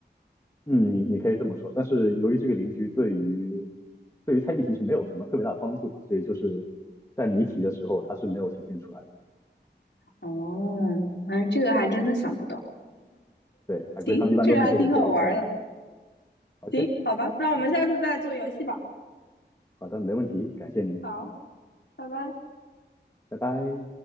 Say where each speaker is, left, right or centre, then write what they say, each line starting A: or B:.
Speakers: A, on the left; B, on the left.
A: 嗯，你你可以这么说。但是由于这个邻居对于对于猜谜题是没有什么特别大的帮助吧，所以就是在谜题的时候它是没有显现出来的。
B: 哦，哎，这个还真的想不到。
A: 对，海龟汤一般都是这种比较比较难的。
B: 行，这个还挺好玩的。
A: OK，
B: 行，好吧，那我们下次再做游戏吧。
A: 好的，好的，没问题，感谢您，
B: 好，拜拜。
A: 拜拜。